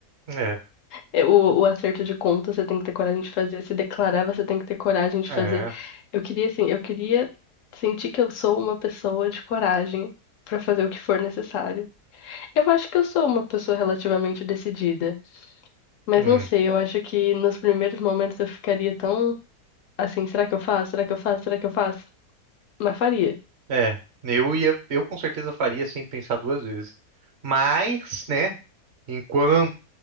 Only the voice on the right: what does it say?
É,
é.
hum.
É, eu ia, eu com certeza faria sem pensar duas vezes. Mas, né, enquanto